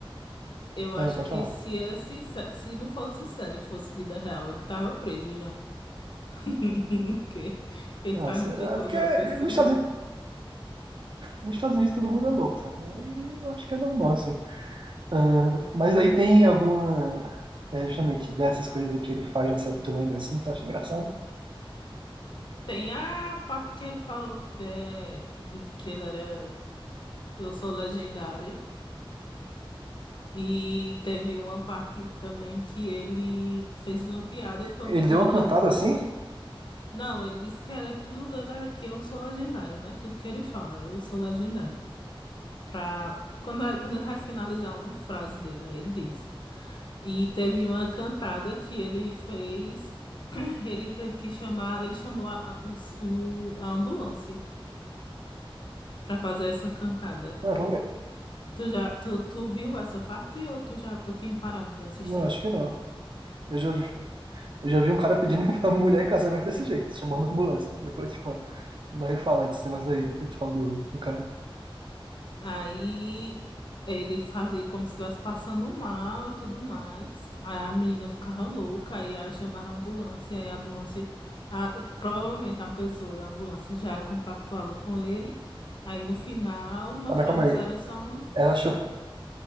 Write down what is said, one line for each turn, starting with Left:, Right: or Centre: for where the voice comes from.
Left: Eu acho
Right: Não, pode
Left: que
Right: falar.
Left: se, esse, sé- se não fosse série, fosse vida real, ele tava preso já. <laughs> Porque ele
Right: Ah,
Left: faz
Right: será?
Left: muita coisa
Right: Porque
Left: absurda.
Right: nos Estados, nos Estados Unidos todo mundo é louco, sabe? Aí eu acho que é normal, assim. Ah, mas aí tem alguma. É justamente dessas coisas que ele faz na série, tu lembra assim, que tu acha engraçado?
Left: Tem a parte que ele falou que, de, que ele era. Eu sou legendário. E teve uma parte também que ele fez uma piada com a
Right: Ele
Left: menina.
Right: deu uma cantada assim?
Left: Não, ele disse que era tudo dela, é que eu sou legendário, né? Tudo que ele fala, eu sou legendário. Pra... Quando, a- quando ele vai finalizar uma frase dele, aí ele diz. E teve uma cantada que ele fez, <clears throat> ele teve que chamar, ele chamou a, a- os- o, a ambulância pra fazer essa cantada.
Right: Ah, vamos ver.
Left: Tu já, tu, tu viu essa parte ou tu já tu tinha parado de assistir?
Right: Não, acho que não. Eu já, vi- eu já vi um cara pedindo <laughs> pra mulher em casamento desse jeito, chamando a ambulância. Depois eu te conto. Mas fala desse negócio aí, depois eu te falo do, do cara.
Left: Aí ele fazia como se estivesse passando mal e tudo mais. Aí a menina ficava louca, aí ela chamava a ambulância, aí a ambulância, a- provavelmente a pessoa da ambulância já compactuava com ele. Aí no final mostrava
Right: Tá, mas calma aí.
Left: que era só um
Right: Ela, cha-